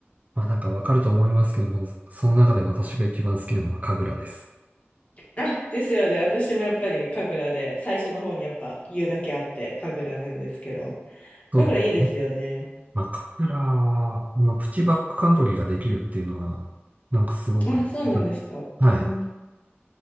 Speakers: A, on the right (about 35°); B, on the left (about 35°).
A: まあなんかわかると思いますけども、その中で私が一番好きなのは神楽です。
B: あ、ですよね。私もやっぱり神楽で、最初の方にやっぱ言うだけあって、神楽なんですけど。
A: そうです。
B: 神楽いいですよね。
A: まあ、カフラは、まあの、プチバックカントリーができるっていうのは、なんかすごく、
B: あ、そうなんですか。
A: はい。
B: うん。